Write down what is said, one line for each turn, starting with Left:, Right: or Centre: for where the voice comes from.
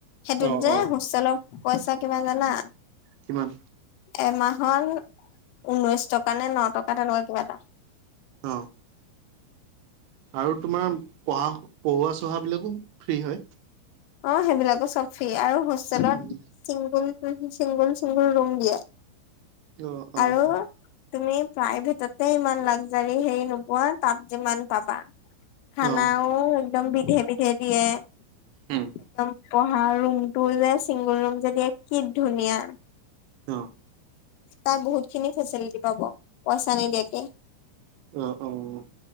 Left: সেইটোত
Right: অ',
Left: যে
Right: অ',
Left: হোষ্টেলৰ পইচা কিবা জানা?
Right: কিমান?
Left: এমাহৰ ঊনৈছ টকা নে ন টকা তেনেকুৱা কিবা এটা।
Right: অঁ। আৰু তোমাৰ পঢ়া পঢ়োৱা-চহাবিলাকো ফ্ৰী হয়?
Left: অ সেইবিলাকো চব ফ্ৰী আৰু হোষ্টেলত
Right: উম,
Left: চিংগুল, চিংগুল চিংগুল ৰুম দিয়ে।
Right: অ', অ',
Left: আৰু তুমি প্ৰায়ভেটতে ইমান লাগজাৰী হেৰি নোপোৱা তাত যিমান পাবা। খানাও
Right: অ',
Left: একদম বিধে বিধে দিয়ে।
Right: উম,
Left: একদম পঢ়া ৰুমটো যে চিংগুল ৰুম যে দিয়ে কি ধুনীয়া।
Right: অ।
Left: তাত বহুতখিনি ফেচিলিটি পাব। পইচা নিদিয়াকে।
Right: অ', অ',